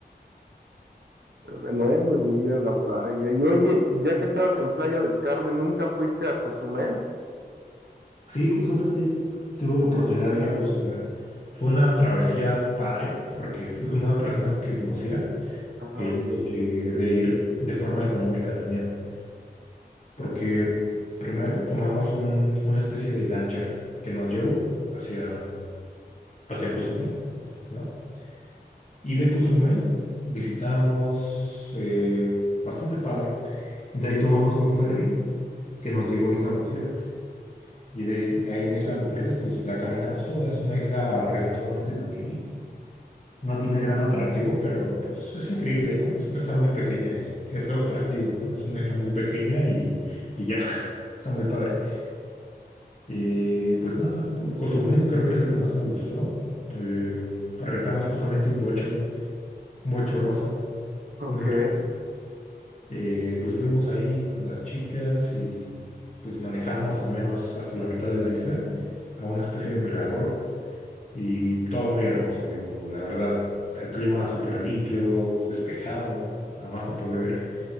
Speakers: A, on the right; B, on the left.
A: De nuevo es vivir en la playa. Y oye, ya que estabas en Playa del Carmen, ¿nunca fuiste a Cozumel?
B: Sí, justamente tuve la oportunidad de ir a Cozumel. Fue una travesía padre, porque fui con una persona que conocía,
A: Ajá.
B: el de, de ir de forma económica también, porque primero tomamos un- una especie de lancha que nos llevó hacia, hacia Cozumel, ¿no? Y de Cozumel visitamos eh, bastante padre. Y de ahí tomamos un ferry que nos llevó a Isla Mujeres. Y de ahí en Isla Mujeres, pues la caminamos toda. Es una isla relativamente pequeña. No tiene gran atractivo, pero pues es increíble, ¿no? Es que está muy pequeña y es lo atractivo, ¿no? Es una isla muy pequeña y, y ya, <laughs> está muy padre. Eh, pues nada, por Cozumel creo que es lo que más me gustó. Eh, rentamos justamente un bocho, un bocho rosa,
A: Ok,
B: muy grande Eh, pues fuimos ahí con las chicas y pues manejamos al menos hasta la mitad de la isla a una especie de mirador y todo muy hermoso, digo, la verdad, el clima súper limpio, despejado, a más no poder,